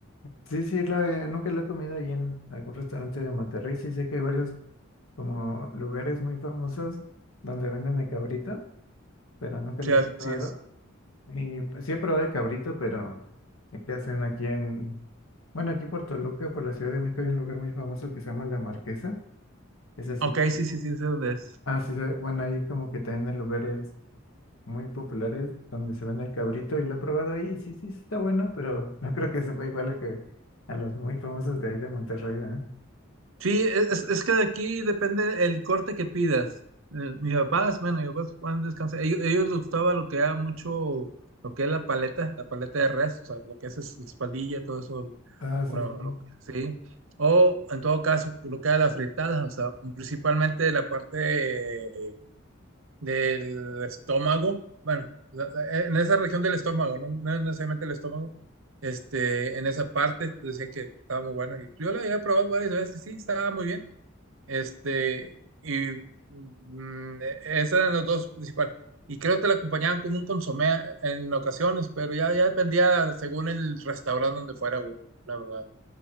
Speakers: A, on the left (about 85°); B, on the right (about 75°).
A: sí, sí, lo he- nunca lo he comido ahí en algún restaurante de Monterrey. Sí, sé que hay varios como lugares muy famosos donde venden el cabrito, pero nunca
B: sí,
A: los
B: así
A: he probado.
B: es.
A: Y pues sí he probado el cabrito, pero el que hacen aquí en, bueno, aquí por Toluca, por la Ciudad de México, hay un lugar muy famoso que se llama La Marquesa. Es así
B: Ok,
A: como,
B: sí, sí, sí, sé dónde es.
A: ah, sí, se- bueno, ahí como que también hay lugares muy populares donde se vende el cabrito y lo he probado ahí, y sí, sí, sí está bueno, pero no creo que sepa igual a que a los muy famosos de ahí de Monterrey, ¿verdad?
B: Sí, es, es es que de aquí depende el corte que pidas. Eh, mis papás, bueno, mis papás van a descansar. Ellos, ellos les gustaba lo que era mucho, lo que es la paleta, la paleta de res, o sea, lo que es, es la espaldilla, todo eso,
A: Ah, sí,
B: bueno,
A: sí,
B: lo que- sí. O en todo caso, lo que era la fritada, o sea, principalmente la parte de- del estómago, bueno, la- la- eh, en esa región del estómago, no, No necesariamente el estómago. Este, en esa parte decía que estaba muy buena. Y yo la había probado varias veces, sí, estaba muy bien. Este, y mm, esos eran los dos principales. Y creo que la acompañaban con un consomé en ocasiones, pero ya, ya dependía según el restaurante donde fuera uno, la verdad.